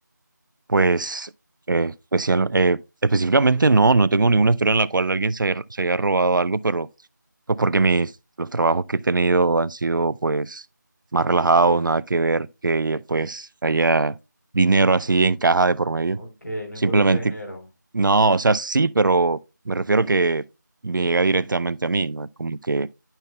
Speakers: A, on the right (about 80°); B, on the left (about 60°).
A: Pues eh, especial, eh, específicamente no, no tengo ninguna historia en la cual alguien se haya, se haya robado algo, pero pues porque mis, los trabajos que he tenido han sido pues más relajados, nada que ver que pues haya dinero así en caja de por medio.
B: Ok, no
A: Simplemente,
B: involucra dinero.
A: no, o sea, sí, pero me refiero que me llega directamente a mí, no es como que